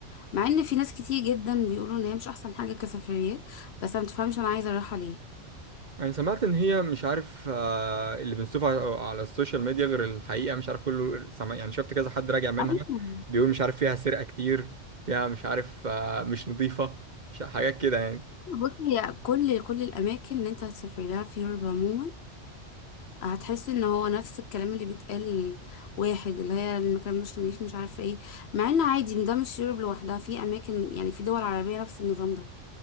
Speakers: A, on the left (about 65°); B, on the right (about 40°).
A: مع ان في ناس كتير جدا بيقولوا ان هي مش احسن حاجه كسفريات بس انا متفهمش انا عايزه اروحها ليه
B: انا سمعت ان هي مش عارف آه، اللي بنشوفه على على السوشيال ميديا غير الحقيقه مش عارف كله سمع يعني شفت كذا حد راجع منها
A: ايوه
B: بيقول مش عارف فيها سرقه كتير فيها مش عارف آه، مش نظيفه مش حاجات كده يعني
A: بصي هي كل كل الاماكن اللي انت هتسافر لها في يوروب عموما هتحس ان هو نفس الكلام اللي بيتقال واحد اللي هي المكان مش نضيف مش عارفه ايه مع ان عادي ده مش يوروب لوحدها في اماكن يعني في دول عربيه نفس النظام ده